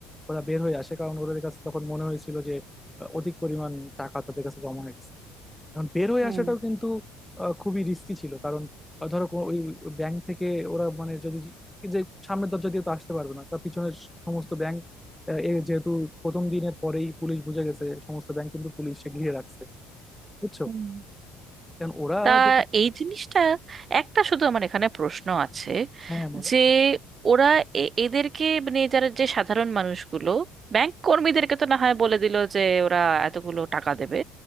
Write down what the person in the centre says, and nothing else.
ওরা বের হয়ে আসে কারণ ওদের কাছে তখন মনে হয়েছিল যে আহ, অধিক পরিমাণ টাকা তাদের কাছে জমা হয়ে গেছে এখন বের হয়ে
আসাটাও কিন্তু আহ, খুবই রিস্কি ছিল কারণ আহ, ধরো কো- ওই ব্যাংক থেকে ওরা মানে যদি যে সামনের দরজা দিয়ে তো আসতে পারবে না তার পিছনের সমস্ত ব্যাংক যেহেতু প্রথম দিনের পরেই পুলিশ বুঝে গেছে সমস্ত ব্যাংক কিন্তু পুলিশে ঘিরে রাখছে বুঝছো
কারণ ওরা
যেটা
হ্যাঁ বলো